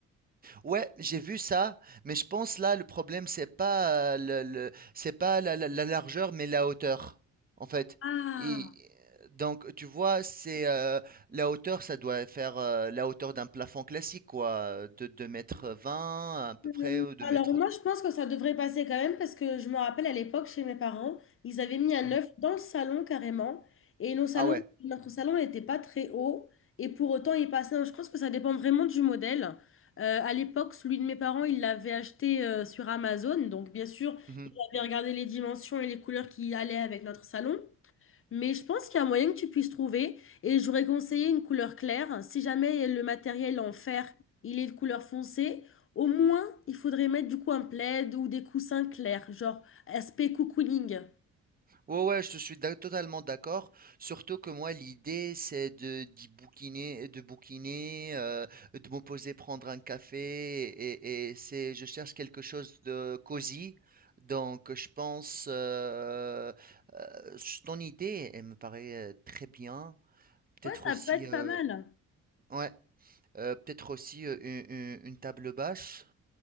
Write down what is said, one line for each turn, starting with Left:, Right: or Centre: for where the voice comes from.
Right: Ouais, j'ai vu ça, mais je pense là le problème c'est pas euh, le, le- c'est pas la, la- la largeur mais la hauteur en fait.
Left: Ah,
Right: Et donc tu vois, c'est euh, la hauteur ça doit faire euh, la hauteur d'un plafond classique quoi, de 2 mètres 20 à peu
Left: Euh,
Right: près ou 2
Left: Alors
Right: mètres.
Left: moi je pense que ça devrait passer quand même parce que je me rappelle à l'époque chez mes parents, ils avaient mis un
Right: Mhm.
Left: œuf dans le salon carrément et nos salons,
Right: Ah ouais.
Left: notre salon n'était pas très haut et pour autant il passait. Donc, Je pense que ça dépend vraiment du modèle. Euh, à l'époque, celui de mes parents, il l'avait acheté euh, sur Amazon, donc bien sûr,
Right: mhm.
Left: j'avais regardé les dimensions et les couleurs qui allaient avec notre salon. Mais je pense qu'il y a moyen que tu puisses trouver et j'aurais conseillé une couleur claire. Si jamais le matériel en fer, il est de couleur foncée, au moins il faudrait mettre du coup un plaid ou des coussins clairs, genre aspect cocooning.
Right: Ouais, ouais, je te suis d'ac- totalement d'accord. Surtout que moi, l'idée, c'est de d'y bouquiner, de bouquiner, euh, de me poser, prendre un café, et, et c'est, je cherche quelque chose de cosy. Donc, je pense, euh, euh, s- ton idée, elle me paraît euh, très bien. Peut-être
Left: Ouais, ça
Right: aussi,
Left: peut être
Right: euh,
Left: pas mal.
Right: ouais, euh, peut-être aussi euh, une, une- une table basse.